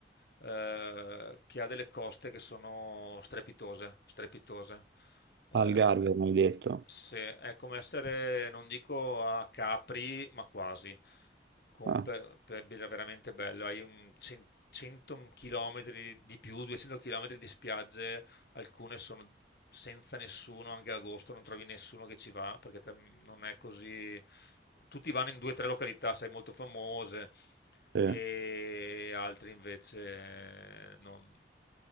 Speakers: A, on the left; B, on the right.
A: eh, che ha delle coste che sono strepitose, strepitose. Eh,
B: Algarve, mi hai detto?
A: se- è come essere, non dico a Capri, ma quasi, con,
B: Ah,
A: per, per- veramente bello, hai un cen- 100 km di più, 200 km di spiagge alcune sono senza nessuno, anche agosto non trovi nessuno che ci va, perché te- non è così... Tutti vanno in due o tre località, sai, molto famose,
B: sì.
A: e altri invece non...